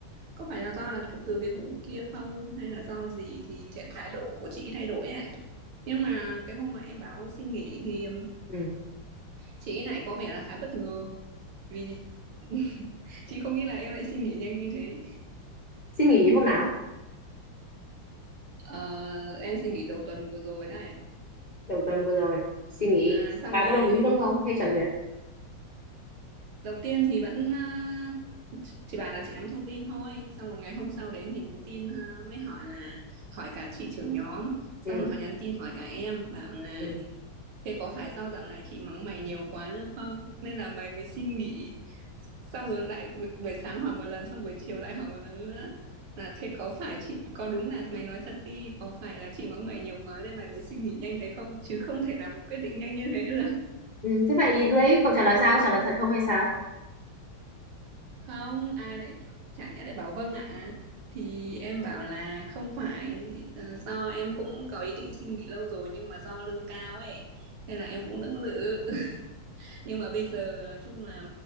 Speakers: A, on the right (about 80°); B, on the left (about 35°).
A: có phải là do là từ cái vụ kia không hay là do gì thì thể- thái độ của chị thay đổi ạ nhưng mà cái hôm mà em báo xin nghỉ thì ừm,
B: Ừ.
A: chị lại có vẻ là khá bất ngờ vì <laughs> chị không nghĩ là em lại xin nghỉ nhanh như thế
B: Suy nghĩ hôm nào?
A: Ờ, em xin nghỉ đầu tuần vừa rồi này
B: Đầu tuần vừa rồi. Suy nghĩ.
A: à, xong
B: Bạn
A: rồi
B: có đồng ý đúng không? Hay trả duyệt?
A: đầu tiên thì vẫn à, chị bảo là chị nắm thông tin thôi xong rồi ngày hôm sau đến thì nhắn tin à, mới hỏi là hỏi cả chị trưởng nhóm xong
B: Ừ.
A: rồi họ nhắn tin hỏi cả em bảo là
B: Ừ.
A: Thế có phải sau dạo này chị mắng mày nhiều quá nữa không? Nên là mày mới xin nghỉ. Xong rồi lại buổi, buổi sáng hỏi một lần, xong buổi chiều lại hỏi một lần nữa. Là thế có phải chị, có đúng là mày nói thật đi, có phải là chị mắng mày nhiều quá nên mày mới xin nghỉ nhanh thế không? Chứ không thể làm một quyết định nhanh như thế được.
B: Ừ. Thế vậy lúc đấy cậu trả lời sao? Có trả lời thật không hay sao?
A: <laughs> Không, ai lại, chả nhẽ lại bảo vâng ạ. Thì em bảo là không phải, ờ, do em cũng có ý định xin nghỉ lâu rồi nhưng mà do lương cao ấy. Nên là em cũng lưỡng lự. <laughs> nhưng mà bây giờ nói chung là